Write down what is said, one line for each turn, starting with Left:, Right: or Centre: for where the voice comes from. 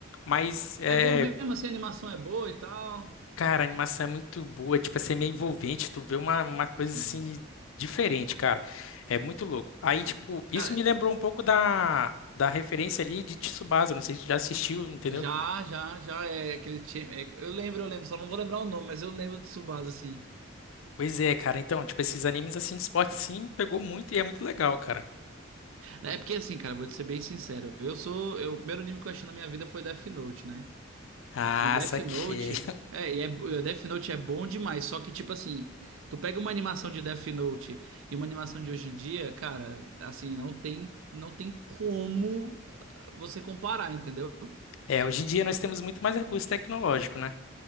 Left: Mas, é,
Right: É bom mesmo, assim, a animação é boa e tal.
Left: cara, a animação é muito boa, tipo, assim, é meio envolvente, tu vê uma, uma coisa
Right: Sim.
Left: assim diferente, cara. É muito louco. Aí, tipo, isso
Right: Cara,
Left: me lembrou um pouco da, da referência ali de Tsubasa, não sei se tu já assistiu, entendeu?
Right: Já, já, já é aquele time. é- eu lembro, eu lembro, só não vou lembrar o nome, mas eu lembro de Tsubasa, assim.
Left: Pois é, cara. Então, tipo, esses animes assim de esporte sim pegou muito e é muito legal, cara.
Right: É, é porque assim, cara, vou te ser bem sincero. Eu sou. Eu, o primeiro anime que eu achei na minha vida foi Death Note, né?
Left: Ah,
Right: E Death
Left: saquei.
Right: Note.
Left: <laughs>
Right: É, e é, Death Note é bom demais, só que, tipo assim, tu pega uma animação de Death Note e uma animação de hoje em dia, cara, assim, não tem, não tem como ah, você comparar, entendeu?
Left: É, hoje em dia nós temos muito mais recurso tecnológico, né?